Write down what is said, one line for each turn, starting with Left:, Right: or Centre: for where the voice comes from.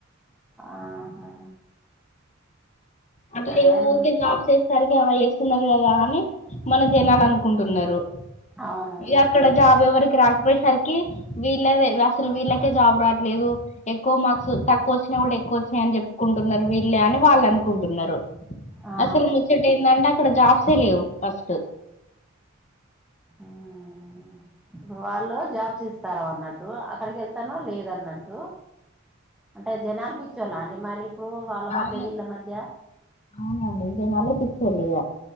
Centre: ఆహా
Left: అంటే
Centre: అదే
Left: ఊరికే
Centre: మేము
Left: జాబ్ చేసరికి ట్రై వస్తున్నారు కదా అని మన జనాల అనుకుంటున్నారు.
Centre: అవును
Left: ఇగ అక్కడ జాబ్ ఎవరికి రా పోయేసరికి వీళ్ళదే అసలు వీళ్ళకే జాబ్ రావట్లేదు. ఎక్కువ మార్క్స్ తక్కువ వచ్చినా కూడా ఎక్కువ వచ్చినయ్ అని చెప్పుకుంటున్నరు వీళ్ళే అని వాళ్ళు అనుకుంటున్నరు.
Centre: ఆ
Left: అసలు ముచ్చట ఏందంటే అక్కడ జాబ్సే లేవు ఫస్ట్.
Centre: ఆహా ఇప్పుడు వాళ్ళు జాబ్స్ ఇస్తారా అన్నట్టు అక్కడికి వెళ్తానో లేదన్నట్టు అంటే జనాలు పిచ్చోళ్ళ అండి మరి ఇప్పుడు వాళ్ళ మధ్య
Left: అవును
Centre: వీళ్ళ మధ్య
Left: అవున అండి జనాలే పిచ్చోళ్ళు ఇగ